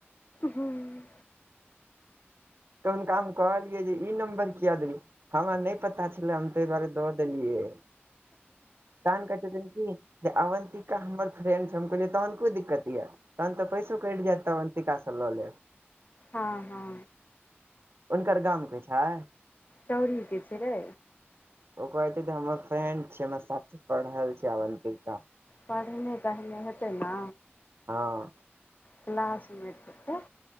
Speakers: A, on the left; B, on the right.
A: हूँ।
B: तऽ हुनका हम कहलियै जे ई नम्बर किया देलिये। हमरा नहि पता छलै हम तऽ दऽ देलियै तहन कहै छै की जे अवन्तिका हमर फ्रेंड छीये तहन कोइ दिक्कत यऽ। तहन तऽ पैसो कटि जायत अरवान्तिका से लियै
A: हँ हँ
B: हुनकर गामके छै?
A: चौरीके छै रै।
B: ओ कहै छै त हमर फ्रेंड छी हमर साथी पढ़ल छी अवन्तिका।
A: पढ़ने तढ़ने हेतै ने
B: हँ
A: क्लास मैट हतो